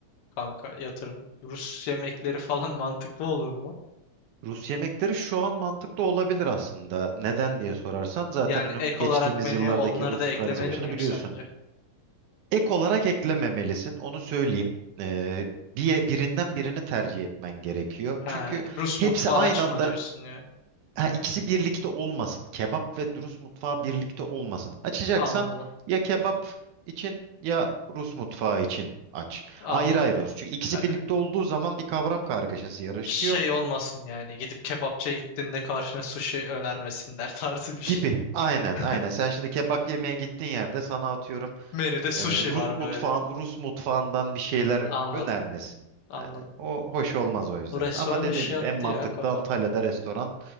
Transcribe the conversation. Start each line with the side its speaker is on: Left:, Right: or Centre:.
Left: kanka yatırım Rus yemekleri falan <laughs> mantıklı olur
Right: Rus yemekleri şu an mantıklı olabilir aslında. Neden diye sorarsan zaten
Left: Yani
Right: önüm
Left: ek
Right: geçtiğimiz
Left: olarak menüye
Right: yıllardaki
Left: onları
Right: Rus-Ukrayna
Left: da eklemeli
Right: savaşını
Left: miyim
Right: biliyorsun.
Left: sence?
Right: Ek olarak eklememelisin onu söyleyeyim. Ee, bir, birinden birini tercih etmen gerekiyor.
Left: Ha,
Right: Çünkü
Left: Rus
Right: hepsi
Left: mutfağı
Right: aynı
Left: açma
Right: anda
Left: diyorsun yani.
Right: Ha, ikisi birlikte olmasın. Kebap ve Rus mutfağı birlikte olmasın. Açacaksan
Left: Anladım.
Right: ya kebap için ya Rus mutfağı için aç.
Left: Anladım.
Right: Ayrı ayrı olsun. Çünkü ikisi
Left: Ha,
Right: birlikte olduğu zaman bir kavram kargaşası yarıştıyor
Left: Şey olmasın yani gidip kebapçıya gittiğinde karşına sushi önermesinler <laughs> tarzı bir şey.
Right: gibi.
Left: <laughs>
Right: Aynen aynen. Sen şimdi kebap yemeye gittiğin yerde sana atıyorum
Left: Menüde sushi
Right: Yani Rus
Left: var
Right: mutfağın,
Left: böyle.
Right: Rus mutfağından bir şeyler
Left: Anladım.
Right: önermesin.
Left: Anladım.
Right: Yani o hoş olmaz o yüzden.
Left: Bu restoran
Right: Ama dediğim
Left: işi
Right: gibi
Left: yattı
Right: en mantıklı
Left: ya kafama.
Right: Antalya'da restoran